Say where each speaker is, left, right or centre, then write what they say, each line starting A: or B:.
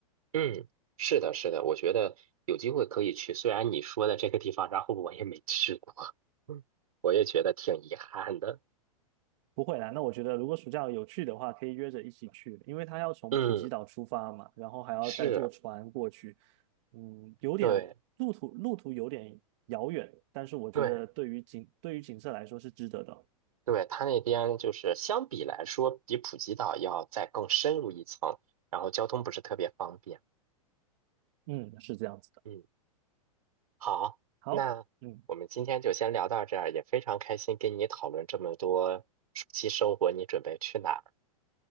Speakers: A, on the right; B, on the right.
A: 嗯，是的，是的，我觉得有机会可以去，虽然你说的这个地方，然后我也没去过，<laughs> 我也觉得挺遗憾的。
B: 不会啦，那我觉得如果暑假有去的话，可以约着一起去，因为他要从普吉岛出发嘛，
A: 嗯，
B: 然后还要再坐船过去，
A: 是，
B: 嗯，有点路途路途有点遥远，
A: 对
B: 但是我觉得对于景对于景色来说是值得的，
A: 对对，它那边就是相比来说，比普吉岛要再更深入一层，然后交通不是特别方便。
B: 嗯，是这样子的。
A: 嗯。好，
B: 好，
A: 那我们今天就先聊到这儿，
B: 嗯
A: 也非常开心跟你讨论这么多暑期生活，你准备去哪儿？